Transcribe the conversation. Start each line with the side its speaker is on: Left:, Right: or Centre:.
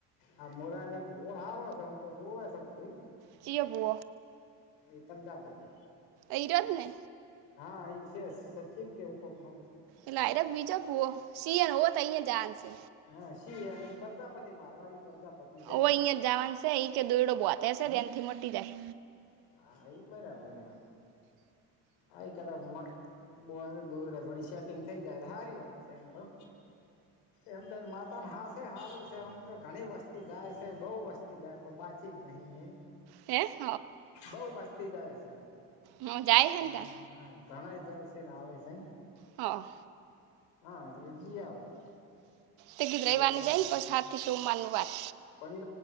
Left: આ મોરાલે બો હારો છે, હું તો જોવે શે બધી
Right: કીય બો
Left: એ પ્રજાપતિ
Right: ઈ રતને
Left: હા એ છે, સચિન કે એવું કોક નમ
Right: એટલે <unintelligible> બીજો પુઓ <unintelligible> જાનશે
Left: હા શી અને ઈ પરજાપધ મારવાડી પ્રજાપતિ છે
Right: ઓ અહિયાં જાવાન સે એ કે દોયડો બોતે છે તેનથી મટી જાય
Left: હા એ બરાબર એકાદ મટ બો દોયડે થોડી સેટિંગ થઈ જાય હારી વાત છે, એમ તો એમ તો માતા હાશે હારું છે, એમ તો ઘણી વસ્તી જાય છે, બોવ વસ તી જય પ બાચી નહીં એ
Right: હે હ.
Left: બઉ વસ્તી જાય છે.
Right: હ જાય હે
Left: ઘણાય
Right: ને તાર
Left: જાય છે, ને આવે સે
Right: હ.
Left: હા એટલે ગી આવો
Right: તે ગીધ
Left: તો
Right: રઈવારની
Left: વળી પગું
Right: જઈ ને પ સાથી સોવાનું વાત
Left: પણ એ